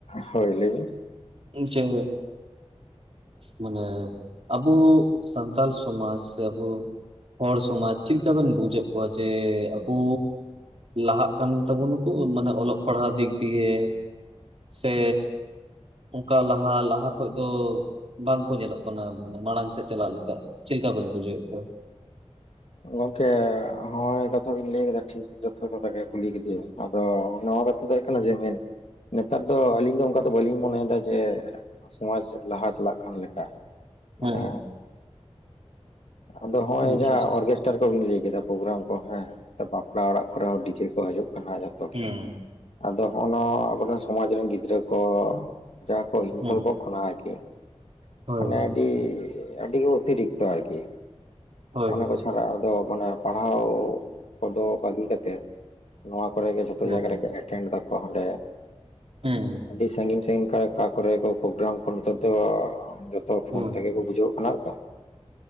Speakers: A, on the left; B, on the right.
A: ᱦᱚᱭ ᱞᱟᱹᱭᱵᱤᱱ᱾
B: ᱪᱮ ᱢᱟᱱᱮ ᱟᱵᱚ ᱥᱟᱱᱛᱟᱞ ᱥᱚᱢᱟᱡᱽ ᱥᱮ ᱟᱵᱚ ᱦᱚᱲ ᱥᱚᱢᱟᱡᱽ ᱪᱮᱫᱠᱟᱵᱮᱱ ᱵᱩᱡᱮᱫ ᱠᱚᱣᱟ ᱡᱮ ᱟᱵᱚ ᱞᱟᱦᱟᱜ ᱠᱟᱱ ᱛᱟᱵᱚᱱᱟᱠᱩ ᱢᱟᱱᱮ ᱚᱞᱚᱜ ᱯᱟᱲᱦᱟᱜ ᱫᱤᱠ ᱫᱤᱭᱮ ᱥᱮ ᱚᱱᱠᱟ ᱞᱟᱦᱟ ᱞᱟᱦᱟ ᱠᱷᱚᱡ ᱫᱚ ᱵᱟᱝᱠᱚ ᱧᱮᱞᱚᱜ ᱠᱟᱱᱟ ᱢᱟᱱᱮ ᱢᱟᱲᱟᱝ ᱥᱮᱫ ᱪᱟᱞᱟᱜ ᱞᱮᱠᱟ᱾ ᱪᱮᱫᱠᱟ ᱵᱚᱱ ᱵᱩᱡᱷᱟᱹᱣᱮᱫ ᱠᱚᱣᱟ?
A: ᱜᱚᱝᱠᱮ ᱦᱚᱸᱜᱭ ᱠᱟᱛᱷᱟ ᱵᱤᱱ ᱞᱟᱹᱭ ᱠᱮᱫᱟ ᱴᱷᱤᱠ ᱡᱟᱛᱷᱟ ᱠᱟᱛᱷᱟ ᱜᱮ ᱠᱩᱞᱤ ᱠᱮᱫᱮᱭᱟ᱾ ᱟᱫᱚ ᱱᱚᱣᱟ ᱠᱟᱛᱷᱟ ᱫᱚ ᱦᱩᱭᱩᱜ ᱠᱟᱱᱟ ᱡᱮ ᱢᱮᱱ ᱱᱮᱛᱟᱨ ᱫᱚ ᱟᱞᱤᱧ ᱫᱚ ᱚᱱᱠᱟ ᱫᱚ ᱵᱟᱹᱞᱤᱧ ᱢᱚᱱᱮᱭᱮᱫᱟ ᱡᱮ ᱥᱚᱢᱟᱡ ᱥᱮᱫ ᱞᱟᱦᱟ ᱪᱟᱞᱟᱜ ᱠᱟᱱ ᱞᱮᱠᱟ᱾
B: ᱦᱩᱸ᱾
A: ᱢᱟᱱᱮ ᱟᱫᱚ ᱦᱚᱸᱜ ᱚᱭ
B: ᱟᱪᱪᱷᱟ ᱟᱪᱪᱷᱟ
A: ᱚᱨᱜᱮᱥᱴᱟᱨ ᱠᱚᱵᱤᱱ ᱞᱟᱹᱭ ᱠᱮᱫᱟ ᱯᱨᱚᱜᱨᱟᱢ ᱠᱚ ᱦᱮᱸ᱾ ᱵᱟᱯᱞᱟ ᱚᱲᱟᱜ ᱠᱚᱨᱮ ᱦᱚᱸ ᱰᱤᱡᱮ ᱠᱚ ᱦᱤᱡᱩᱜ ᱠᱟᱱᱟ ᱡᱚᱛᱚ ᱜᱮ᱾
B: ᱦᱮᱸ
A: ᱟᱫᱚ ᱦᱚᱸᱜᱱᱚᱣ ᱟᱵᱚᱨᱮᱱ ᱥᱚᱢᱟᱡ ᱨᱮᱱ ᱜᱤᱫᱽᱨᱟᱹ ᱠᱚ ᱡᱟᱦᱟᱠᱚ ᱤᱱᱵᱷᱚᱜ
B: ᱦᱮᱸ
A: ᱠᱟᱱᱟ ᱟᱨᱠᱤ,
B: ᱦᱳᱭ
A: ᱢᱟᱱᱮ
B: ᱦᱳᱭ
A: ᱟᱹᱰᱤ ᱟᱹᱰᱤᱜ ᱚᱛᱤᱨᱤᱠᱛ ᱟᱨᱠᱤ᱾
B: ᱦᱳᱭ
A: ᱚᱱᱮ
B: ᱦᱳᱭ
A: ᱠᱚ ᱪᱷᱟᱲᱟ ᱟᱫᱚ ᱢᱟᱱᱮ ᱯᱟᱲᱦᱟᱣ ᱠᱚᱫᱚ ᱵᱟᱜᱤ ᱠᱟᱛᱮᱫ᱾ ᱱᱚᱣᱟ ᱠᱚᱨᱮᱜᱮ ᱡᱷᱚᱛᱚ
B: ᱦᱮᱸ
A: ᱡᱟᱭᱜᱟ ᱨᱮᱜᱮ ᱮᱴᱮᱱᱰ ᱫᱟᱠᱚ ᱦᱟᱸᱰᱮ
B: ᱦᱩᱸ᱾
A: ᱟᱹᱰᱤ ᱥᱟᱺᱜᱤᱧ ᱥᱟᱺᱜᱤᱧ ᱠᱚᱨᱮ ᱠᱟᱠᱚᱨᱮ ᱯᱚᱜᱨᱟᱢ ᱠᱚ ᱱᱤᱛᱚᱜ ᱫᱚ ᱛᱚ ᱯᱷᱚᱱ
B: ᱦᱮᱸ
A: ᱛᱮᱜᱮ ᱠᱚ ᱵᱩᱡᱷᱟᱹᱣ ᱠᱟᱱᱟ ᱛᱚ᱾